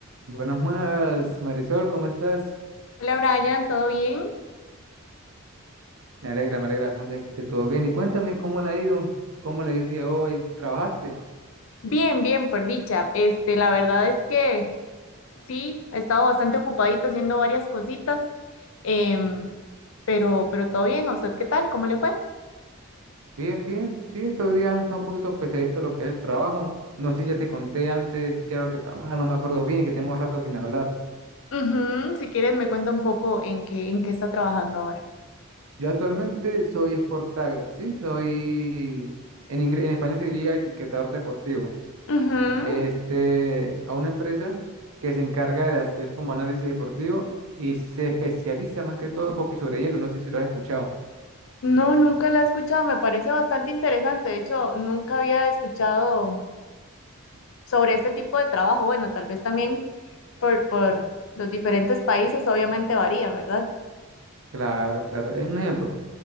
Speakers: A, on the right; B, on the left.
A: Buenas, buenas, Marisol, ¿cómo estás?
B: Hola Brian, ¿todo bien?
A: Me alegra, me alegra bastante que esté todo bien. Y cuéntame, ¿cómo le ha ido? ¿Cómo le ha ido el día de hoy? ¿Trabajaste?
B: Bien, bien, por dicha. Este, la verdad es que sí, he estado bastante ocupadito haciendo varias cositas, em, pero, pero todo bien. ¿A usted qué tal? ¿Cómo le fue?
A: Bien, bien. Sí, estos días está un poquito pesadito lo que es el trabajo. No sé si ya te conté antes qué era lo que trabajaba, no me acuerdo bien y que tenemos rato sin hablar.
B: Ujú, Si quieres, me cuenta un poco en qué, en qué está trabajando ahora.
A: Yo actualmente soy Sport Tagger, ¿sí? Soy, en, ingre- en español se diría etiquetador deportivo.
B: Ujú,
A: este, a una empresa que se encarga de hacer como análisis deportivo y se especializa más que todo en hockey sobre hielo. No sé si lo has escuchado.
B: No, nunca la he escuchado. Me parece bastante interesante. De hecho, nunca había escuchado sobre este tipo de trabajo. Bueno, tal vez también por, por los diferentes países, obviamente varía, ¿verdad?
A: Claro, claro. Eh, Un ejemplo.